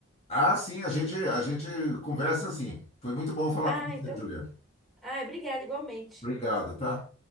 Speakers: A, on the left; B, in the centre.
A: Ah, sim, a gente, a gente conversa assim. Foi muito bom falar
B: Ah,
A: com você,
B: então.
A: Juliano.
B: Ah, obrigada, igualmente.
A: Obrigado, tá?